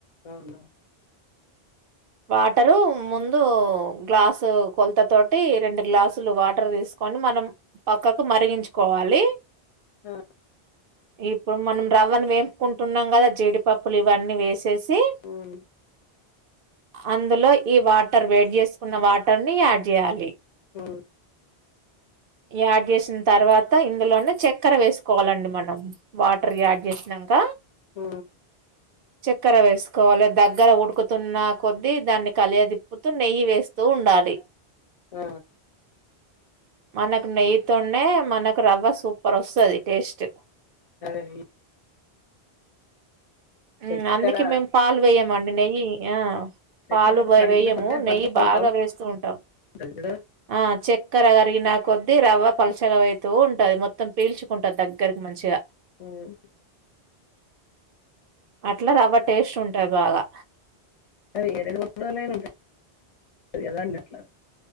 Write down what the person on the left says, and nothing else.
అవునా
ఆ
ఉమ్
హ
ఆ
ఆ
సరే
చక్కెర
చక్కెర
కడిగిన కొద్ది అది
పలుసగైతా
ఉంటది కదా
ఉమ్
అది ఏ రెండు <unintelligible> టాయి కదా అండి అట్లా